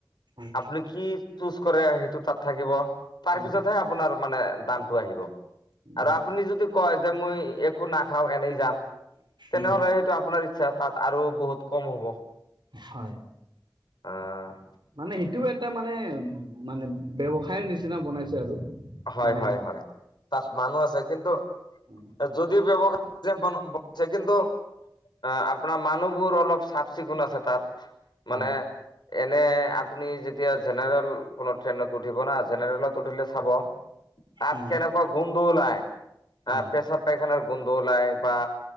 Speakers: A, on the right; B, on the left.
A: হয়
B: আপুনি কি চুজ কৰে সেইটো তাত থাকিব। তাৰপিছতহে
A: উম
B: আ আপোনাৰ মানে দামটো আহিব।
A: উম
B: আৰু আপুনি যদি কয় যে মই একো না খাওঁ, এনেই যাম। তেনেহ'লে
A: উম
B: সেইটো আপোনাৰ ইচ্ছা তাত আৰু বহুত কম হ'ব।
A: হয়।
B: অ'।
A: মানে সেইটোও এটা মানে, মানে ব্যৱসায়ৰ নিচিনা বনাইছে আৰু।
B: হয়
A: মানে
B: হয় হয়, তাত মানুহ আছে কিন্তু
A: উম,
B: যদি ব্যৱসায় <unintelligible> ছে কিন্তু অহ আপোনাৰ মানুহবোৰ অলপ চাফ চিকুণ আছে তাত।
A: হয়
B: মানে এনে আপুনি যেত যেতিয়া জেনেৰেল কোনো ট্ৰেইনত উঠিব না জেনেৰেলত উঠিলে চাব তাত
A: উম
B: কেনেকুৱা গোন্ধ ওলায়,
A: হয়
B: আহ পেছাপ পাইখানাৰ গোন্ধ ওলায় বা